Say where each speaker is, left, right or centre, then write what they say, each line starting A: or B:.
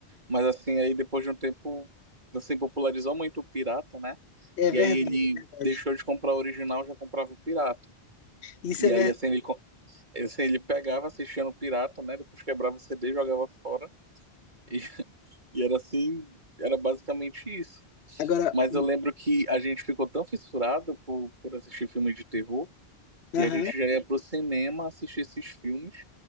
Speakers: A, on the right; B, on the left.
A: mas assim, aí depois de um tempo, assim, popularizou muito o pirata, né?
B: É
A: E
B: verdade,
A: aí ele
B: é verdade.
A: deixou de comprar o original, já comprava o pirata.
B: Isso
A: E
B: é verdade.
A: aí, assim, ele, co- assim, ele pegava, assistia no pirata, né? Depois quebrava o CD, jogava fora. E, <laughs> e era assim, era basicamente isso.
B: Agora,
A: Mas
B: hum,
A: eu lembro que a gente ficou tão fissurado por, por assistir filmes de terror que
B: aham,
A: a gente já ia pro cinema assistir esses filmes